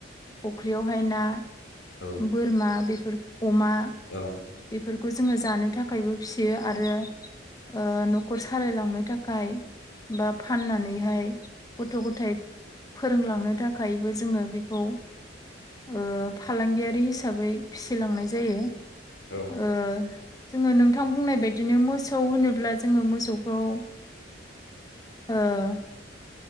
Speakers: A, on the left; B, on the left.
A: फुख्रियावहाय ना
B: औ
A: बोरमा बेफोर अमा
B: औ।
A: बेफोरखौ जोङो जानो थाखायबो फियो आरो ओ न' खर सालायलांनो थाखाय बा फाननानैहाय गथ' गथाइ फोरोंलांनो थाखायबो जोङो बेखौ ओ फालांगियारि हिसाबै फिसिलांनाय जायो।
B: औ।
A: ओ जोङो नोंथां बुंनाय बायदिनो मोसौ होनोब्ला जोङो मोसौखौ ओ <unintelligible>